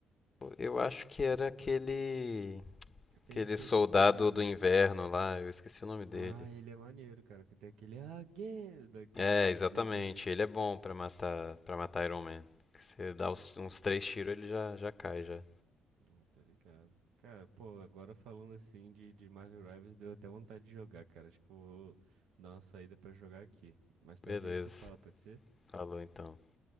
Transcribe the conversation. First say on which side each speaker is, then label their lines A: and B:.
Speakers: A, on the left; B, on the right.
A: Eu acho que era aquele.
B: Tem
A: Aquele
B: um que tem
A: soldado
B: uma pistolinha mesmo.
A: do inverno lá, eu esqueci o nome dele.
B: Ah, ele é maneiro, cara, que tem aquele again daquela
A: É,
B: ult
A: exatamente.
B: de- dele, né?
A: Ele é bom pra matar, para matar Iron Man. Você dá uns, uns três tiros, ele já, já cai já.
B: Hum, tá ligado. Cara, pô, agora falando assim de, de Marvel Rivals, deu até vontade de jogar, cara. Acho que eu vou dar uma saída pra jogar aqui. Mais tarde
A: Beleza.
B: a gente se fala, pode ser?
A: Falou então.